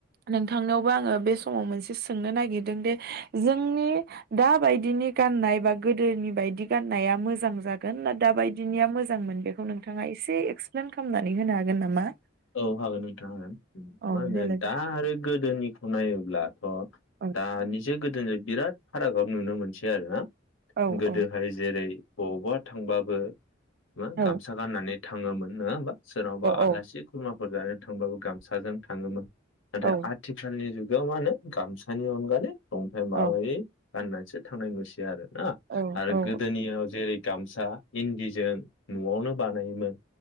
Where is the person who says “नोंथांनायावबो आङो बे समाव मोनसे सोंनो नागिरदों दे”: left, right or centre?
Right